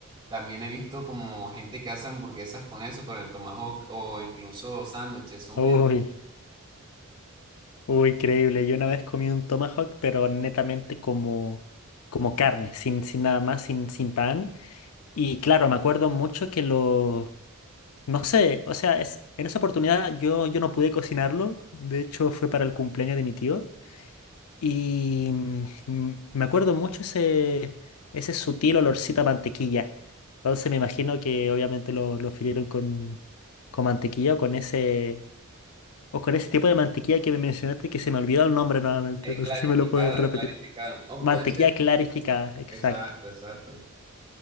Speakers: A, on the right; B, on the left.
A: También he visto como gente que hace hamburguesas con eso, con el tomahawk o incluso sándwiches. Son
B: Uy.
A: muy ricas.
B: Uy, increíble. Yo una vez comí un tomahawk, pero netamente como, como carne, sin, sin nada más, sin, sin pan. Y claro, me acuerdo mucho que lo... No sé, o sea, es, en esa oportunidad yo, yo no pude cocinarlo. De hecho, fue para el cumpleaños de mi tío. Y mm, mm, me acuerdo mucho ese, ese sutil olorcito a mantequilla. Entonces me imagino que obviamente lo, lo frieron con, con mantequilla o con ese... O con ese tipo de mantequilla que me mencionaste que se me olvidó el nombre nuevamente.
A: Eh,
B: No
A: clarificada,
B: sé si me lo puedes repetir.
A: clarificada. O
B: Mantequilla
A: puede ser.
B: clarificada, exacto.
A: Exacto, exacto.